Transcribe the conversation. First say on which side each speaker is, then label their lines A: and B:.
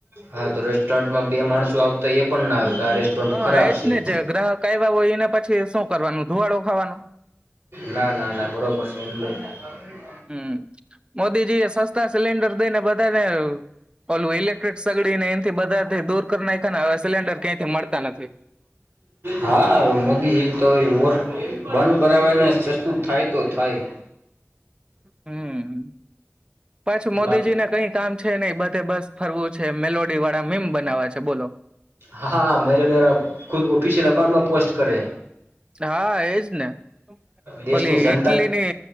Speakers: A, on the right; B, on the right.
A: હા રેસ્ટોરન્ટમાં બે માણસો આવતા તો એ પણ ના કે આવે આ રેસ્ટોરન્ટ
B: હ
A: ખરાબ
B: એજ
A: છે
B: ને જે ગ્રાહક આવ્યા હોય એને પછી શું કરવાનું ધુવાડો ખાવાનું
A: ના ના ના બરોબર છે એંદર <unintelligible>
B: હમ મોદીજી એ સસ્તા સિલિન્ડર દઈને બધાને ઓલું ઇલેક્ટ્રિક સગડીને એથી બધાથી દૂર કરી નાખ્યા ને હવે સિલિન્ડર ક્યાંથી મળતા નથી
A: હા મોદી એ વોર બંધ કર્યાવેને સસ્તું થાય તો થાય
B: હમ પછી મોદીજી
A: બાકી
B: ને કઈ કામ છે નહી બ તે બસ ફરવું છે મેલોડી વાળા મેમ બનાવા છે બોલો
A: હા મેલોડી વાળા ખુદ ઓફિશિયલ અકાઉન્ટમાં પોસ્ટ કરે
B: હા એજ ને
A: દેશની
B: ઓલી
A: જનતા
B: ઈટલી ની